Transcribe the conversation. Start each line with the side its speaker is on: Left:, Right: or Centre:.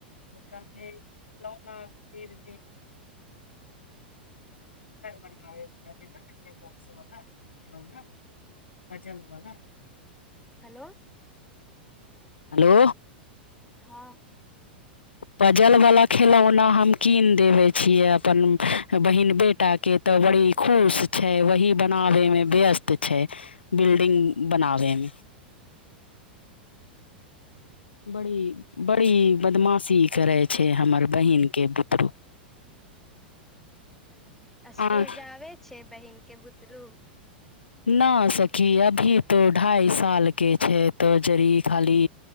Left: कले खिलौनाेरर बनाब जे बॉक्सवला खिलौना मजलवला
Centre: हेलो
Left: हेलो
Centre: हँ
Left: पजल बला खेलौना हम कीन देबे छियै अपन बहिीन बेटी एकटाके तऽ बड़ी खुश छै वही बनाबैमे व्यस्त छै बिल्डिंग बनाबैमे बड़ी बड़ी बदमाशी करै छै हमर बहीनके बुतरू आ
Centre: स्कुल जाबे छै बहिन के बुतरू
Left: न सखी अभी तो ढाई साल के छै तो जरी खाली